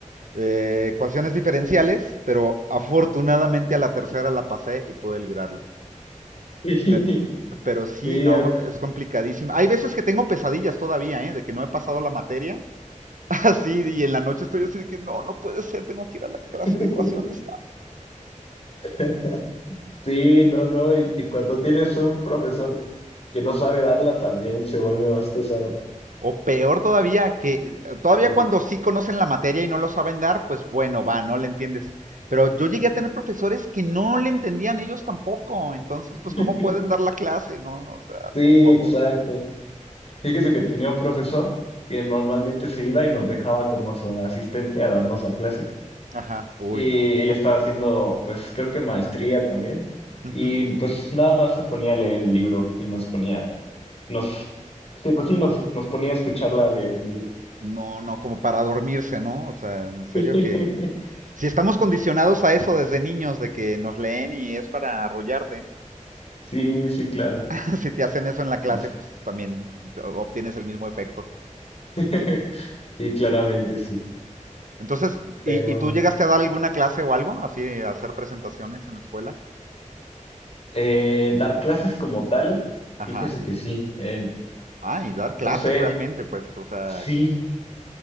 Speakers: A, on the right; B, on the left.
A: eh, ecuaciones diferenciales, pero afortunadamente a la tercera la pasé y pude librarla.
B: Sí.
A: Pe- Pero, sí,
B: <laughs> Sí,
A: no, es complicadísima. Hay veces que tengo pesadillas todavía, ¿eh? De que no he pasado la materia. <laughs> Así, y en la noche estoy así de que no, no puede ser, tengo que ir a la clase
B: <laughs>
A: de ecuaciones
B: <laughs> Sí, no, no, y, y cuando tienes un profesor que no sabe darla también se vuelve más pesado.
A: O peor todavía, que eh, todavía
B: Sí,
A: cuando sí conocen la materia y no lo saben dar, pues bueno, va, no le entiendes. Pero yo llegué a tener profesores que no le entendían ellos tampoco. Entonces,
B: <laughs>
A: pues, ¿cómo pueden dar la clase? No, o sea,
B: sí,
A: por favor.
B: exacto. Fíjese que tenía un profesor que normalmente se iba y nos dejaba como su asistente a darnos la clase
A: Ajá, uy,
B: y
A: no.
B: ella estaba haciendo, pues creo que maestría también
A: Ujú.
B: y pues nada más se ponía a leer el libro y nos ponía, nos, sí, pues sí, nos, nos ponía a escucharla leer el libro.
A: No, no, como para dormirse, ¿no? O sea, en serio
B: <laughs>
A: que... Si estamos condicionados a eso desde niños, de que nos leen y es para arrullarte,
B: Sí, sí, claro,
A: <laughs> si te hacen eso en la clase,
B: pero sí.
A: pues también obtienes el mismo efecto.
B: <laughs> Sí, claramente sí.
A: Entonces,
B: Pero
A: ¿y, y tú llegaste a dar alguna clase o algo? Así, a hacer presentaciones en la escuela.
B: eh, dar clases como tal,
A: Ajá.
B: fíjese que sí. En,
A: Ah, y dar clases
B: no sé,
A: realmente, pues, o sea,
B: sí,